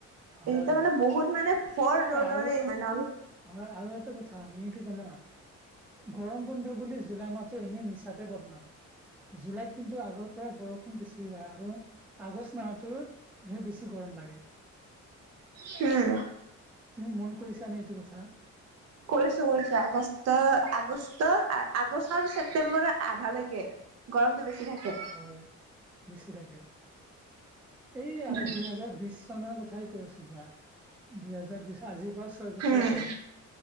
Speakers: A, in the centre; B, on the right.
A: হয়
B: এই কেইটা মানে বহুত মানে। ভৰ
A: অ
B: ৰদৰে
A: আৰু
B: হয় ন,
A: হয় আৰু এটা কথা মানে কি জানা গৰম বন্ধু বুলি জুলাই মাহটো এনেই মিছাতে বদনাম জুলাইত কিন্তু আগৰ, বৰষুণ বেছি হয় আৰু আগষ্ট মাহত হে বেছি গৰম লাগে।
B: হম,
A: তুমি মন কৰিছা নে এইটো কথা।
B: কৰিছো কৰিছো আগষ্ট আগষ্ট আগষ্ট আৰু ছেপ্তেম্বৰ আধালৈকে। গৰমতটো বেছি থাকে।
A: হয় বেছি থাকে এই
B: উম
A: দুই হেজাৰ বিশ। কথাই কৈ আছো ধৰা দুহেজাৰ বিশ আজিৰ পৰা ছয় বছৰ
B: উম
A: আগৰ।